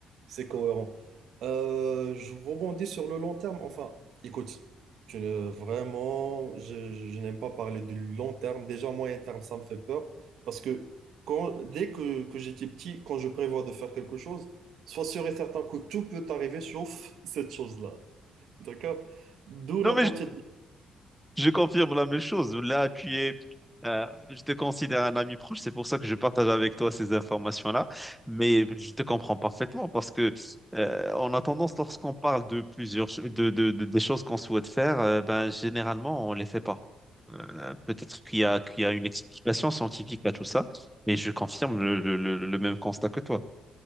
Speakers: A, on the right (about 80°); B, in the centre.
A: C'est cohérent. Euh, je rebondis sur le long terme. Enfin, écoute, tu ne- vraiment, je, je n'aime pas parler de long terme. Déjà, moyen terme, ça me fait peur. Parce que quand, dès que, que j'étais petit, quand je prévois de faire quelque chose, sois sûr et certain que tout peut arriver sauf <laughs> cette chose-là. D'accord? D'où
B: Non,
A: la
B: mais
A: beauté
B: Je confirme la même chose. Là, tu es, euh, je te considère un ami proche. C'est pour ça que je partage avec toi ces informations-là. Mais je te comprends parfaitement parce que euh, on a tendance, lorsqu'on parle de plusieurs, ch- de, de, de- des choses qu'on souhaite faire, euh, ben généralement on les fait pas. Euh, peut-être qu'il y a, qu'il y a une explication scientifique à tout ça, mais je confirme le, le, le, le même constat que toi.